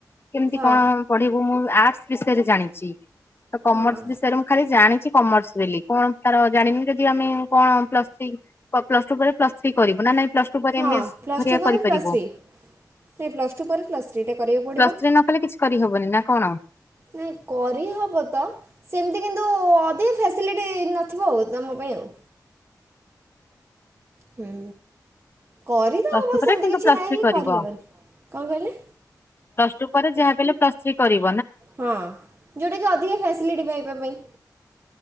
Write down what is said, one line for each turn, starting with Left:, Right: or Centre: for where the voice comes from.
Left: କେମତି
Right: ହଁ
Left: କଣ ପଢିବୁ ମୁଁ ଆର୍ଟସ ବିଷୟରେ ଜାଣିଚି ତ କମର୍ସ
Right: ହଁ।
Left: ବିଷୟରେ ମୁଁ ଖାଲି ଜାଣିଚି କମର୍ସ ବେଲି, କଣ ତାର ଜାଣିନି ଯଦି ଆମେ ପ୍ଲସ ଥ୍ରୀ କ ପ୍ଲସ ଟୁ ପରେ ପ୍ଲସ ଥ୍ରୀ କରିବୁ ନ ନାଇଁ ପ୍ଲସ ଟୁ ପରେ
Right: ହଁ
Left: ଏମ ବି ଏସ
Right: ପ୍ଲସ୍
Left: ଗୁରା
Right: ଟୁ ପରେ
Left: କରିପାରିବୁ।
Right: ପ୍ଲସ୍ ଥ୍ରୀ ନାଇଁ ପ୍ଲସ ଟୁ ପରେ ପ୍ଲସ୍ ଥ୍ରୀ ଟା କରିବାକୁ ପଡିବ।
Left: ପ୍ଲସ ଥ୍ରୀ ନ କଲେ କିଛି କରିହବନି ନା କଣ?
Right: ନାଇଁ କରିହବ ତ ସେମତି କିନ୍ତୁ ଅଧିକ ଫେସିଲିଟି ନଥିବ ଆଉ, ତମ ପାଇଁ ଆଉ। ହୁଁ କରି ତ
Left: ପ୍ଲସ
Right: ହବ
Left: ଟୁ ପରେ
Right: ସେମତି
Left: କିନ୍ତୁ
Right: କିଛି
Left: ପ୍ଲସ
Right: ନାହିଁ
Left: ଥ୍ରୀ
Right: କି
Left: କରିବ
Right: କରିହବନି। କଣ କହିଲେ?
Left: ପ୍ଲସ ଟୁ ପରେ ଯାହା ହେଲେ ପ୍ଲସ ଥ୍ରୀ କରିବୁ।
Right: ହଁ ଯୋଉଟା କି ଅଧିକା ଫ୍ୟାସଲିଟି ପାଇବା ପାଇଁ।